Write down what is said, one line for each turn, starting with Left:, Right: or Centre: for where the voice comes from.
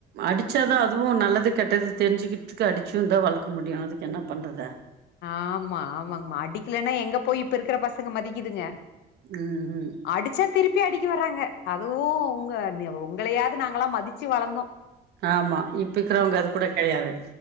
Right: அடிச்சாதா அதுவு நல்லது கெட்டது தெரிஞ்சுக்கிறதுக் அடிச்சும்தா வளக்க முடியு அதுக்கு என்ன பண்றது
Left: ஆமா ஆமாங்கமா அடிக்கிலனா எங்க போய் இப்ப இருக்கிற பசங்க மதிகிதுங்க
Right: ம் ம்
Left: அடிச்சா திருப்பி அடிக்க வராங்க அதுவு உங்க உங்களயாது நாங்கலா மதிச்சு வளந்தோ
Right: ஆமா இப்பிக்கிறவங்க அது கூட கெடையாது